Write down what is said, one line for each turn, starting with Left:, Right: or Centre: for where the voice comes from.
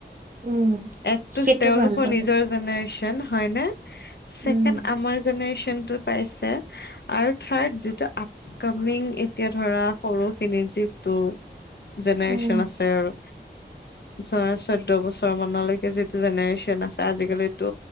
Right: উম
Left: একতো
Right: সেইটো
Left: তেওঁলোকৰ
Right: ভাল বাৰু
Left: নিজৰ জেনেৰেশ্যন হয়নে ছেকেণ্ড
Right: উম
Left: আমাৰ জেনেৰেশ্যনটো পাইছে আৰু থাৰ্ড যি আপকামিং এতিয়া ধৰা সৰুখিনি যিটো জেনেৰেচন
Right: উম
Left: আছে আৰু ধৰা চৈধ্য বছৰ মানলৈকে যিটো জেনেৰেচন আছে আজিকালিতো